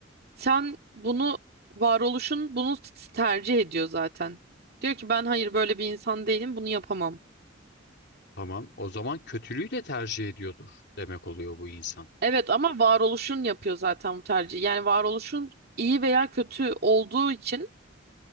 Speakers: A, on the right (about 55°); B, on the left (about 60°).
A: Sen bunu varoluşun bunu s- tercih ediyor zaten. Diyor ki ben hayır böyle bir insan değilim bunu yapamam.
B: Tamam. O zaman kötülüğü de tercih ediyordur demek oluyor bu insan.
A: Evet ama varoluşun yapıyor zaten bu tercihi. Yani varoluşun iyi veya kötü olduğu için